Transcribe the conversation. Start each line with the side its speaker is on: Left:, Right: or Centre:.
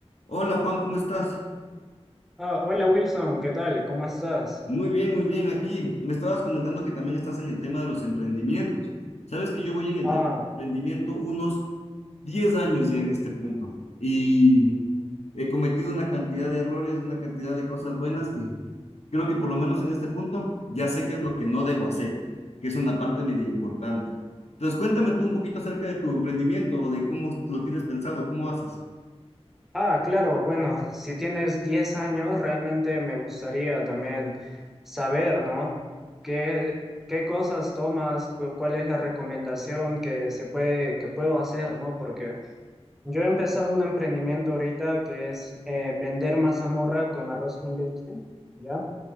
Left: Hola Juan, ¿cómo estás?
Centre: Ah, hola Wilson, ¿qué tal? ¿Cómo estás?
Left: Muy bien, muy bien. Aquí me estabas comentando que también estás en el tema de los emprendimientos. Sabes que yo voy en el
Centre: Ah,
Left: tema de emprendimiento unos 10 años ya en este punto y he cometido una cantidad de errores, una cantidad de cosas buenas que creo que por lo menos en este punto ya sé qué es lo que no debo hacer, que es una parte media importante. Entonces, cuéntame tú un poquito acerca de tu emprendimiento o de cómo lo tienes pensado, cómo haces.
Centre: ah, claro, bueno, si tienes 10 años, realmente me gustaría también saber, ¿no? ¿Qué, qué cosas tomas? Cu- ¿Cuál es la recomendación que se puede, que puedo hacer, ¿no? Porque yo he empezado un emprendimiento ahorita que es eh, vender mazamorra con arroz con leche, ¿ya?